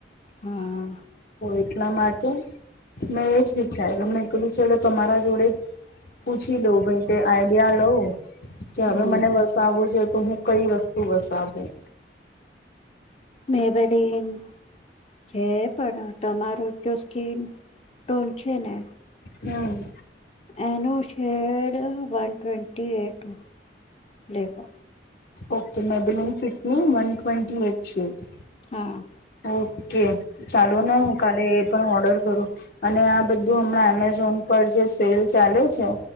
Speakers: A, on the left; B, on the left.
A: હા
B: એટલા માટે મેં એ જ વિચાર્યું એમને કધું છે એલે તમારા જોડે જ પૂછી લો ભાઈ તે આઈડિયા લો કે
A: હમ
B: હવે મને વસાવવું જો તો હું કઈ વસ્તુ વસાવું
A: મેબરીન જે પડ તમારોું જો સ્કીન ટોન છે ને
B: હમ
A: એનોુ શેર વન ટ્વન્ટટી એટ લેવો
B: ઓકે મેબલન ફિટની વન ટ્વેન્ટી એટ શીટ
A: હા
B: ઓકે ચાલો ના હું કાલે પણ ઓર્ડર કરું અને આ બધું હમણાં એમેઝોન પર જે સેલ ચાલે છે